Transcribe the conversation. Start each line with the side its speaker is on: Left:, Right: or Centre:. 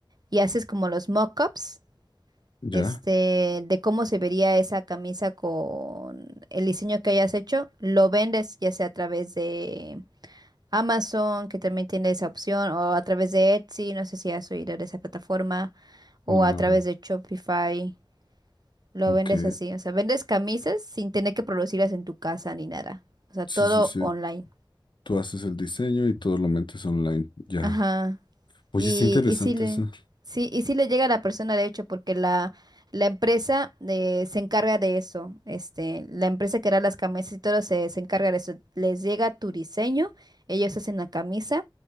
Right: y haces como los mockups,
Left: ya.
Right: este, de cómo se vería esa camisa con el diseño que hayas hecho, lo vendes ya sea a través de Amazon, que también tiene esa opción, o a través de Etsy, no sé si has oído de esa plataforma, o
Left: No,
Right: a
Left: la
Right: través
Left: verdad.
Right: de Shopify. Lo
Left: Ok.
Right: vendes así, o sea, vendes camisas sin tener que producirlas en tu casa ni nada. O sea,
Left: Sí,
Right: todo
Left: sí, sí.
Right: online.
Left: Tú haces el diseño y todo lo metes online. Ya.
Right: Ajá.
Left: Oye,
Right: Y,
Left: está interesante
Right: y sí le,
Left: eso.
Right: sí, y sí le llega a la persona, de hecho, porque la, la empresa eh, se encarga de eso. Este, la empresa que hará las camisas y todo se, se encarga de eso. Les llega tu diseño, ellos hacen la camisa